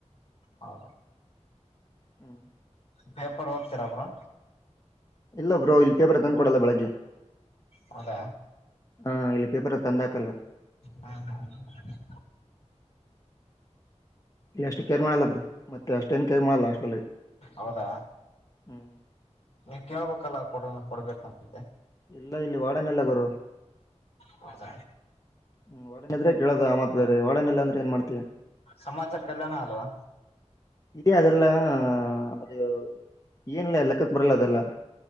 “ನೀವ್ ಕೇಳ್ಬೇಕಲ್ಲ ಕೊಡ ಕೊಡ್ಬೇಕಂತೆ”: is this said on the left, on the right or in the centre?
Left